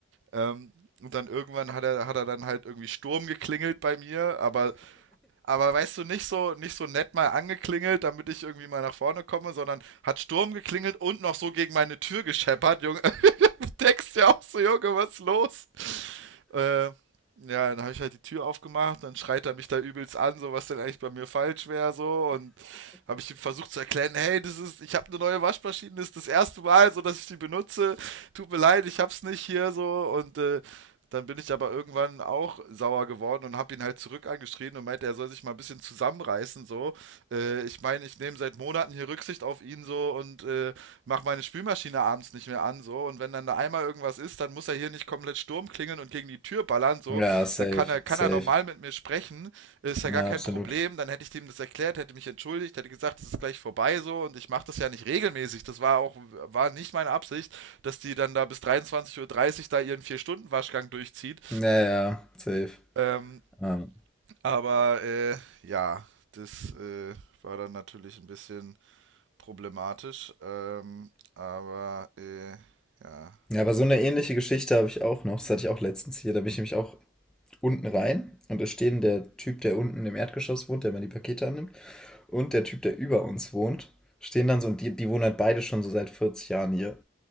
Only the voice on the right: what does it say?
Ähm, und dann irgendwann hat er, hat er dann halt irgendwie Sturm geklingelt bei mir, aber aber weißt du, nicht so, nicht so nett mal angeklingelt, damit ich irgendwie mal nach vorne komme, sondern hat Sturm geklingelt und noch so gegen meine Tür gescheppert, Junge. <laughs> Denkst ja auch so, Junge, was ist los? Äh, ja, dann habe ich halt die Tür aufgemacht, dann schreit er mich da übelst an, so was denn eigentlich bei mir falsch wäre, so und habe ich ihm versucht zu erklären, hey, das ist, ich habe eine neue Waschmaschine, das ist das erste Mal, so dass ich die benutze, tut mir leid, ich hab's nicht hier so und äh, dann bin ich aber irgendwann auch sauer geworden und habe ihn halt zurück angeschrien und meinte, er soll sich mal ein bisschen zusammenreißen, so. Äh, ich meine, ich nehme seit Monaten hier Rücksicht auf ihn so und äh, mache meine Spülmaschine abends uns nicht mehr an, so. Und wenn dann da einmal irgendwas ist, dann muss er hier nicht komplett Sturm klingeln und gegen die Tür ballern, so.
Dann kann er, kann
er normal mit mir sprechen, ist ja
gar kein
Problem. Dann hätte ich dem das erklärt, hätte mich entschuldigt, hätte gesagt, es ist gleich vorbei, so. Und ich mache das ja nicht regelmäßig. Das war auch, war nicht meine Absicht, dass die dann da bis dreiundzwanzig Uhr dreißig da ihren Vier-Stunden-Waschgang durchzieht.
Ähm,
aber, äh, ja, das, äh, war dann natürlich ein bisschen problematisch, ähm, aber äh, ja,
na,